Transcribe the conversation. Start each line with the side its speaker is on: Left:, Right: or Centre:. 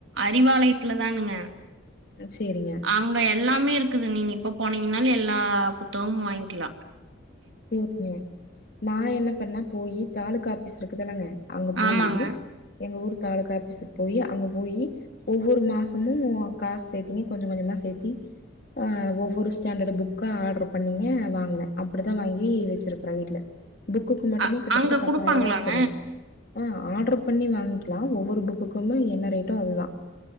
Right: அறிவாலயத்துல தானுங்க
Left: அ சேரிங்க
Right: அங்க எல்லாமே இருக்குது நீங்க இப்ப போனீங்கனாலு எல்லா புத்தகமு வாங்கிக்லா
Left: சேரிங்க நா என்ன பண்ணே போயி தாலுக் ஆஃபிஸ் இருக்குதுலுங்க அங்க போயி
Right: ஆமாங்க
Left: எங்க ஊர் தாலுக்காஃபிஸுக்கு போயி அங்க போயி ஒவ்வொரு மாசமு காசு சேத்தீநீ கொஞ்சோ கொஞ்சமா சேத்தி அ ஒவ்வொரு ஸ்டாண்டர்டு புக்கா ஆர்ட்ரு பண்ணிங்க வாங்கன அப்டி தா வாங்கி வச்சிருக்கறே வீட்ல புக்குக்கு மட்டுமே
Right: அ
Left: கிட்டத்தட்ட
Right: அங்க
Left: பத்தாயிரூவா
Right: குடுப்பாங்களாங்க
Left: ஆச்சுங்க அ ஆர்ட்ரு பண்ணி வாங்கிக்லா ஒவ்வொரு புக்குக்கும்மே என்ன ரேட்டோ அதுதா